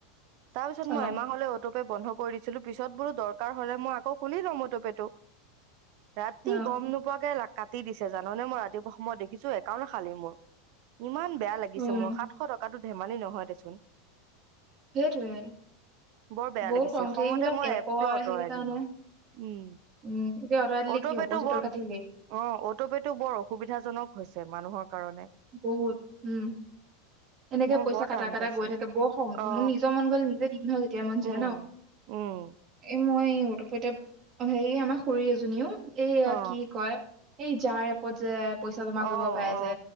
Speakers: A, on the right; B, on the right.
A: তাৰ পিছত
B: অ
A: মই এমাহলৈ অটোপে বন্ধ কৰি দিছিলো পিছত বোলো দৰকাৰ হলে মই আকৌ শুনি লওঁ অটোপে টো ৰাতি
B: অ
A: গম নোপোৱাকে কাটি দিছে জাননে মই ৰাতিপুৱা সময়ত দেখিছো একাউন খালী মোৰ ইমান বেয়া লাগিছে
B: উম
A: মোৰ সাতশ টকাটো ধেমালি নহয় দেচোন
B: সেইটোৱেই তো
A: বৰ বেয়া
B: বহুত
A: লাগিছে
B: খং উঠে
A: খঙতে
B: এইবিলাক
A: মই
B: এপৰ
A: এপটোৱে আঁতৰাই
B: সেইকাৰণে
A: দিলো উম
B: উম এতিয়া অৰ্ডাৰ দিলে
A: অটোপে'টো
B: কি হ'ল পইচাটো
A: বৰ
B: কাটিলেই
A: অ' অটোপে' টো বৰ অসুবিধাজনক হৈছে মানুহৰ কাৰণে
B: বহুত উম এনেকে
A: মই
B: পইচা
A: বৰ
B: কাটা
A: টান
B: কাটা
A: পাইছো
B: গৈ থাকে বৰ খং উঠে
A: অ
B: মোৰ নিজৰ মন গ'ল নিজে দিম নহয় যেতিয়া মন যায়
A: উম
B: ন
A: উম
B: এ মই অটপেতে হেৰি আমাৰ খুৰ এজনীও এইয়া
A: অ
B: কি কয় এই যাৰ এপত যে পইচা জমা
A: অ
B: কৰিব পাৰে
A: অ
B: যে